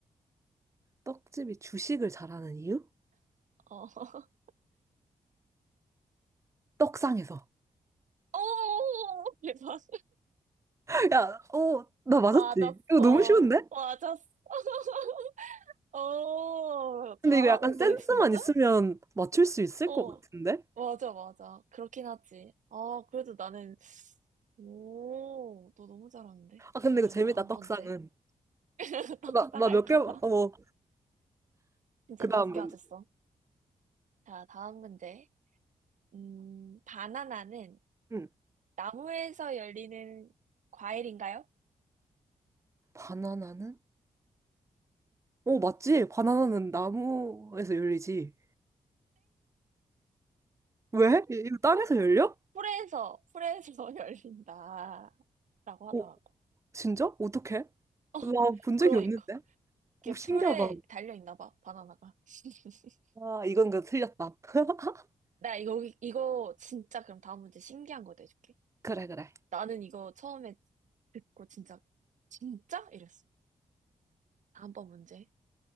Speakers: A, on the right; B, on the right.
A: 떡집이 주식을 잘하는 이유?
B: 어. <laughs>
A: 떡상에서.
B: 오, 대박.
A: <laughs> 야, 어, 나 맞았지?
B: 맞았어.
A: 이거 너무 쉬운데?
B: 맞았어. <laughs> 어,
A: 근데
B: 잘하는데,
A: 이거 약간 센스만
B: 진짜?
A: 있으면 맞출 수 있을
B: 어,
A: 것 같은데?
B: 맞아, 맞아. 그렇긴 하지. 아, 그래도 나는, 오, 너 너무 잘하는데?
A: 아, 근데
B: 자,
A: 이거 재밌다,
B: 다음
A: 떡상은.
B: 번째. <laughs> 떡상할까봐.
A: 나, 나 몇 개, 맞- 어,
B: 진짜
A: 그
B: 다섯
A: 다음
B: 개
A: 문제.
B: 맞았어. 자, 다음 문제. 음, 바나나는
A: 응.
B: 나무에서 열리는 과일인가요?
A: 바나나는? 어, 맞지? 바나나는 나무에서 열리지. 왜? 이- 이거 땅에서 열려?
B: 풀에서, 풀에서 <laughs> 열린다. 라고 하더라고.
A: 오, 진짜? 어떡해?
B: 어,
A: 나 본 적이
B: 그러니까.
A: 없는데? 오,
B: 이게
A: 신기하다.
B: 풀에 달려 있나 봐, 바나나가. <laughs>
A: 아, 이건 그 틀렸다. <laughs>
B: 나 이거, 이거 진짜 그럼 다음 문제 신기한 거 내줄게.
A: 그래, 그래.
B: 나는 이거 처음에 듣고 진짜, 진짜? 이랬어. 다음번 문제.